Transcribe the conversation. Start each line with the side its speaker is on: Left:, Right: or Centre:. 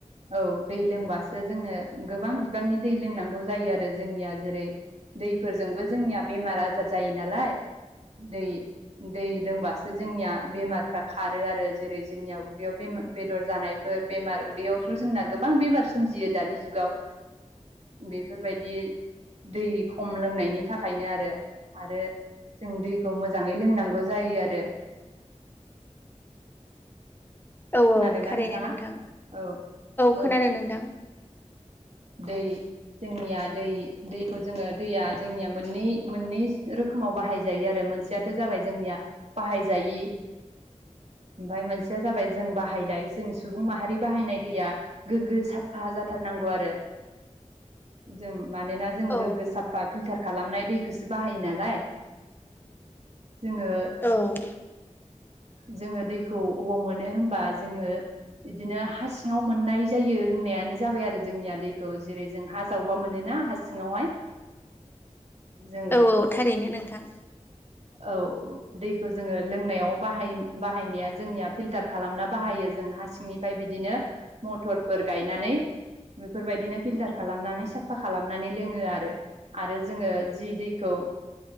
Right: औ दै लोंबासो जोङो गोबां बिबांनि दै लोंनांगौ जायो आरो जोंनिया जेरै दैफोरजोंबो जोंनिया बेमार आजार जायो नालाय दै दै लोंबासो जोंनिया बेमारफ्रा खारो आरो जेरै जोंनिया उदैयाव बेमार बेदर जानायफोर बेमार उदैयावथ जोंना गोबां बेमार सोमजियो दानि जुगाव बेफोरबायदि दै खम लोंनायनि थाखायनो आरो आरो जों दैखौ मोजाङै लोंनांगौ जायो आरो।
Left: औ
Right: खोनादोंना
Left: थारैनो
Right: नोंथाङा
Left: नोंथां
Right: औ
Left: खोनादों
Right: औ
Left: नोंथां
Right: दै जोंनिया दै दैखौ जोङो दैया जोंनिया मोननै मोननै रोखोमाव बाहायजायो आरो मोनसेयाथ जाबाय जोंनिया बाहायजायि ओमफाय मोनसेया जाबाय जों बाहायनाय जों सुबुं माहारि बाहायनाय दैया गोग्गो साफा जाथारनांगौ आरो जों मानोना जों
Left: औ
Right: गोग्गो साफा फिल्टार खालामनाय दैखौसो बाहायो नालाय जोङो
Left: औ
Right: जोङो दैखौ अबाव मोनो होनबा जोङो बिदिनो हा सिङाव मोननाय जायो होननायानो जाबाय आरो जोंनिया दैखौ जेरै जों हा जावबा मोनोना हा सिङावहाय जोङो
Left: औ औ थारैनो नोंथां
Right: औ दैखौ जोङो लोंनायाव बाहाय-बाहायनाया जोंनिया फिल्टार खालामना बाहायो जों हा सिंनिफ्राय बिदिनो मथरफोर गायनानै बेफोरबायदिनो फिल्टार खालामनानै साफा खालामनानै लोङो आरो। आरो जोङो जि दैखौ